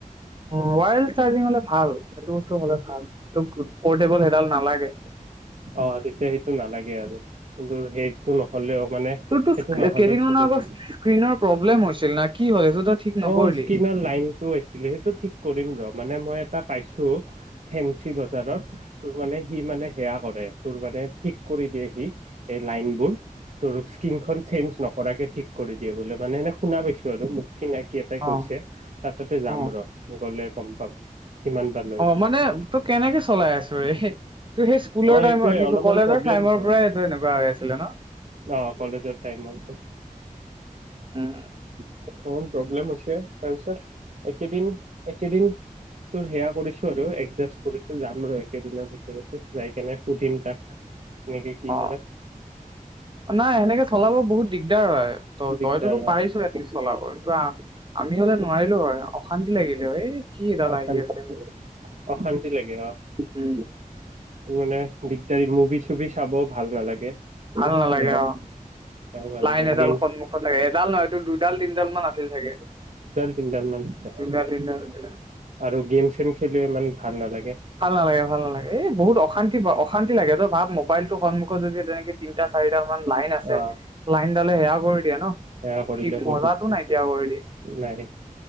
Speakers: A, on the right; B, on the right.
A: মোবাইল চাৰ্জিং হলে ভাল। সেইটো বস্তু হলে ভাল। পৰ্টেবল সেইডাল নালাগে।
B: অ তেতিয়া সেইটো নালাগে আৰু কিন্তু সেইটো নহলেও মানে
A: তোৰতো
B: সেইটো
A: স্ক-
B: নহলেও
A: কেইদিনমানৰ
B: চলি
A: আগত
B: থাকে।
A: স্ক্ৰীনৰ প্ৰব্লেম হৈছিল না কি হ'ল এইটো তই ঠিক নকৰিলি?
B: অ, স্কিনৰ লাইনটো আইছিলে, সেইটো ঠিক কৰিম ৰ মই। মানে মই এটা পাইছো ফেঞ্চি বজাৰত। তোৰ মানে সি মানে সেয়া কৰে তোৰ মানে ঠিক কৰি দিয়ে সি এই লাইন বোৰ। তোৰ স্ক্ৰীনখন চেঞ্জ নক কৰাকে ঠিক কৰি দিয়ে বোলে মানে এনে শুনা পাইছোঁ আৰু মোক চিনাকি এটাই কৈছে
A: অ
B: তাৰ তাতে যাম
A: অ
B: ৰ, গলে গম পাম। কিমান বা লয়
A: অ মানে তই কেনেকে চলাই আছ' ৰে। তই সেই স্কুলৰ
B: অ
A: টাইমৰ
B: এইটোয়ে
A: কি
B: অলপমান
A: কয় কলেজৰ
B: প্ৰব্লেম
A: টাইমৰ
B: হয়
A: পৰাই এইটো এনেকুৱা হৈ আছিলে ন?
B: অ কলেজৰ টাইমত
A: উ।
B: অকমান তাৰপিছত একেদিন-একেদিন তোৰ সেয়া কৰিছো আৰু এডজাষ্ট কৰিছো যাম ৰ একেদিনৰ ভিতৰতে। যাই কেনে সুধিম তাক। কেনেকে কি
A: অ,
B: কৰে
A: নাই সেনেকে চলাব বহুত দিগদাৰ হয়। ত
B: দিগদাৰ
A: তইতোতো
B: অ
A: পাৰিছ এ এটলিষ্ট চলাব। কিন্তু আমি হলে নোৱাৰিলো হয় অক্টো অশান্তি লাগিলে এ কি এডাল
B: অশান্তি
A: আহি আছে বোলো।
B: অশান্তি লাগে অ
A: উম,
B: মানে দিগদাৰি মুভি-চুভি চাব ভাল নালাগে। তোৰ
A: ভাল নালাগে
B: সেয়াও
A: অ,
B: সেয়াও ভাল
A: লাইন
B: নালাগে
A: এডাল
B: গেম
A: সন্মুখত লাগে। এডাল নহয় তোৰ দুডাল-তিনডাল মান আছিল চাগে।
B: তিন ডাল মান আছি <unintelligible>
A: দুডাল তিনডাল আছিলে
B: আৰু গেম চেম খেলিও ইমান ভাল নালাগে।
A: ভাল নালাগে, ভাল নালাগে। এ বহুত অশান্তি পাওঁ, অশান্তি লাগে তই ভাব মোক মোবাইলটো সন্মুখত যদি যেনেকে তিনিটা চাৰি দাল মান লাইন
B: অ
A: আছে।
B: অ
A: লাইনডালে সেয়া কৰি দিয়ে ন,
B: সেয়া কৰিলে
A: কি
B: বহুত
A: মজাটো
B: দিগদাৰ
A: নাইকিয়া কৰি দিয়ে।
B: নাই